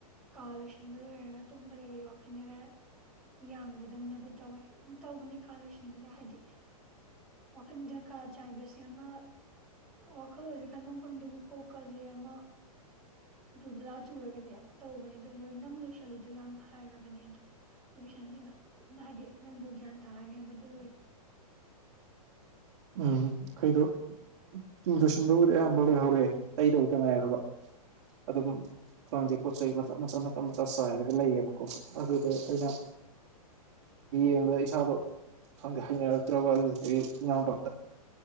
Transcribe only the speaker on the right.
ꯎꯝ ꯑꯩꯗꯣꯨꯡ ꯂꯣꯏꯁꯤꯟꯕꯕꯨꯗꯤ ꯑꯌꯥꯝꯕ ꯂꯣꯏꯍꯧꯔꯦ ꯇꯩꯗꯕꯨꯗ ꯉꯥꯏꯔꯕ ꯑꯗꯨꯝ ꯈꯪꯗꯦ ꯄꯣꯠ ꯆꯩ ꯃ ꯃꯆꯥ ꯃꯆꯥ ꯃꯆꯥ ꯆꯥꯏꯔꯒ ꯂꯩꯌꯦꯕꯀꯣ ꯑꯗꯨꯗꯣ ꯑꯩꯅ ꯌꯦꯡꯕꯗ ꯏꯁꯥꯗꯣ ꯈꯪꯗꯦ ꯍꯩꯅꯔꯛꯇ꯭ꯔꯕ ꯑꯗꯨꯗꯒꯤ ꯏꯅꯥꯎꯄꯥ ꯑ